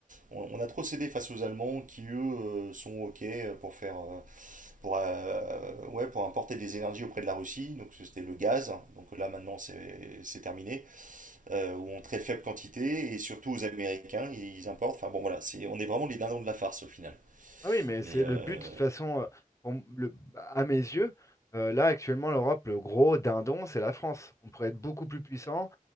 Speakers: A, on the right; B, on the left.
A: on, a trop cédé face aux Allemands qui eux euh, sont ok pour faire euh, pour euh, ouais pour importer des énergies auprès de la Russie donc c'était le gaz donc là maintenant c'est c'est terminé Euh, ou en très faible quantité et surtout aux Américains ils, importent enfin bon voilà c'est on est vraiment les dindons de la farce au final
B: Ah oui, mais
A: mais
B: c'est
A: euh,
B: le but, de toute façon, euh, pour m- le- à mes yeux, euh, là actuellement, l'Europe, le gros dindon, c'est la France. On pourrait être beaucoup plus puissant,